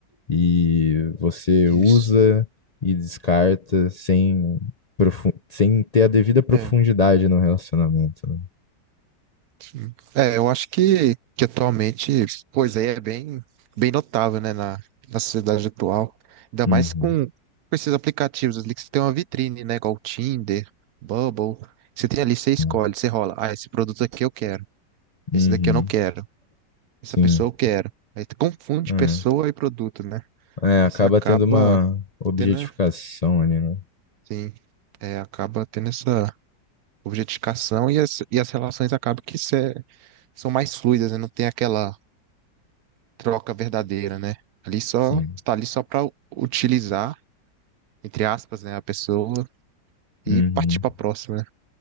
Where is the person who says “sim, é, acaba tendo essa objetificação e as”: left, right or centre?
Right